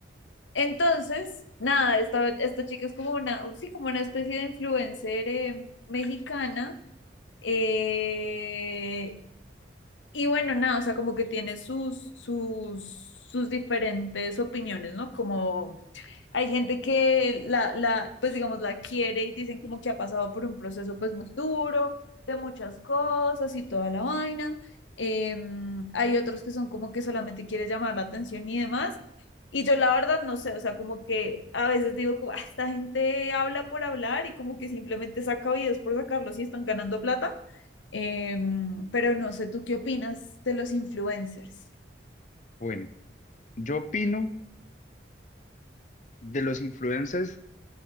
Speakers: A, on the left; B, on the left.
A: Entonces, nada, esta, esta chica es como una, sí, como una especie de influencer eh, mexicana. eh, y bueno, nada, o sea, como que tiene sus, sus, sus diferentes opiniones, ¿no? Como hay gente que la, la, pues digamos, la quiere y dicen como que ha pasado por un proceso pues muy duro, de muchas cosas y toda la vaina. Em, hay otros que son como que solamente quiere llamar la atención y demás. Y yo la verdad no sé, o sea, como que a veces digo como, "Ah, esta gente habla por hablar y como que simplemente saca videos por sacarlos y están ganando plata. Em, pero no sé, ¿tú qué opinas de los influencers?
B: bueno, yo opino de los influencers